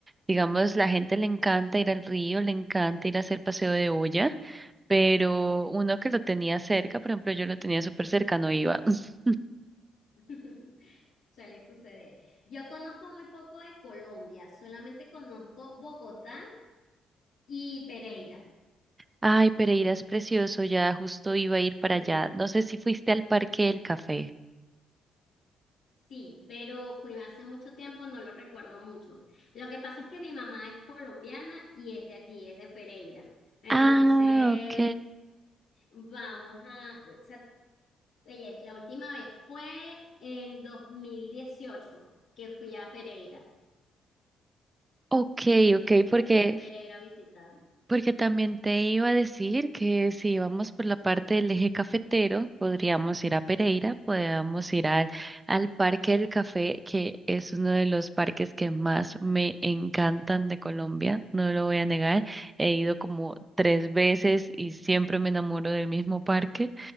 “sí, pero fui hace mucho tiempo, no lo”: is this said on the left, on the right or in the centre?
Left